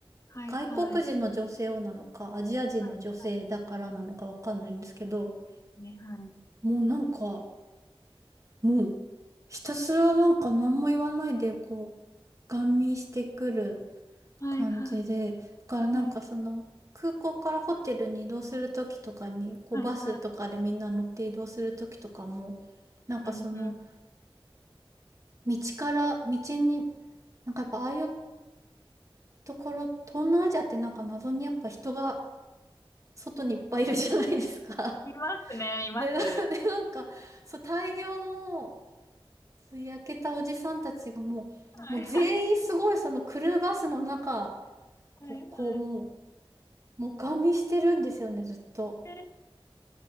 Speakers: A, on the left; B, on the right.
A: はいはい。
B: 外国人の女性をなのか、アジア人の女性だからなのかわかんないんですけど、
A: はいねはい。
B: もうなんか、もう、ひたすらなんか何も言わないで、こう、ガン見してくる
A: はいはい。
B: 感じで、だからなんかその、
A: はい
B: 空港からホテルに移動するときとかに、こう、
A: はいはい。
B: バスとかでみんな乗って移動するときとかも、なんかその、
A: うんうん。
B: 道から、道に、なんかやっぱああいうところ、東南アジアってなんか謎にやっぱ人が外にいっぱいいるじゃないですか。
A: いますね、
B: <laughs>
A: います。
B: で、な、で、なんか、そう、大量も、焼けたおじさんたちがもう、
A: はい
B: もう全員すごいそのクルーバスの中
A: はいはい。
B: をこうもう、もうガン見してるんですよね、ずっと。
A: えー、